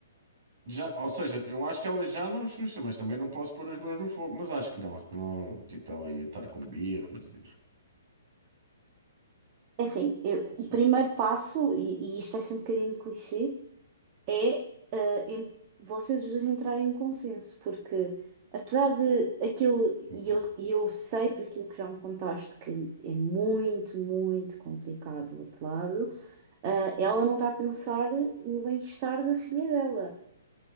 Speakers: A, on the right; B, on the right.
A: já, ou seja, eu acho que ela já não é Xuxa, mas também não posso pôr as mãos no fogo, mas acho que não, não, tipo, ela ia estar com birras e
B: é assim, eu-
A: sabe?
B: o primeiro passo, e, e isto vai ser um bocadinho clichê, é ah, en- vocês os dois entrarem em consenso, porque apesar de aquilo, e
A: Opa.
B: eu, e eu sei por aquilo que já me contaste que é muito, muito complicado do outro lado, ah, ela não está a pensar no bem-estar da filha dela.